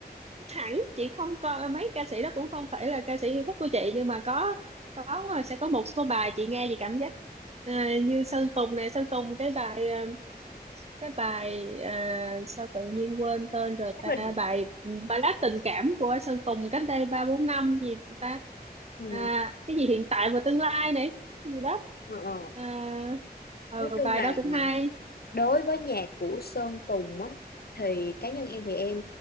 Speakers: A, on the right (about 40°); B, on the left (about 70°).
A: hẳn chị không coi mấy ca sĩ đó cũng không phải là ca sĩ yêu thích của chị nhưng mà có có sẽ có một số bài chị nghe chị cảm giác à, như Sơn Tùng này Sơn Tùng cái bài ờ, cái bài à, sao tự nhiên quên tên rồi ta
B: mình
A: bài ừ, ballad tình cảm của Sơn Tùng cách đây ba bốn năm gì ta
B: ừ,
A: à, cái gì hiện tại và tương lai này gì đó
B: ờ, ờ.
A: à, ừ,
B: nói chung
A: bài
B: là
A: đó cũng hay
B: đối với nhạc của Sơn Tùng á thì cá nhân em thì em